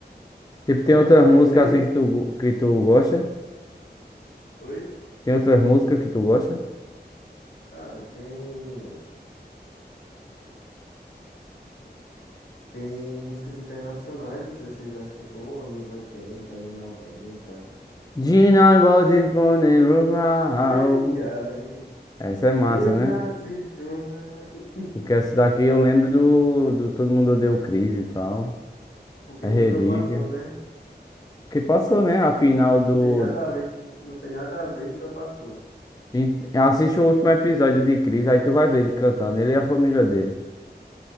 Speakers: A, on the left; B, on the left.
A: Tipo,
B: <laughs>
A: tem outras
B: Lá
A: músicas
B: ele.
A: assim que tu, go- que tu gosta?
B: <laughs> Oi?
A: Tem outras músicas que tu gosta?
B: Cara, tem. Tem músicas internacionais, não sei se você já escutou, anos 80, anos 90.
A: Gina Body Phone Rural.
B: Ei, ai,
A: Essa é massa,
B: eu nasci
A: né?
B: sonhando.
A: Porque essa daqui eu lembro do, do Todo Mundo Odeia o Chris e tal.
B: Porque
A: É relíquia.
B: nunca passou, né?
A: Que passou, né? A final
B: Não
A: do,
B: tem nada a ver com, não tem nada a ver e nunca passou.
A: E assiste o último episódio de Chris aí tu vai ver ele cantando, ele e a família dele.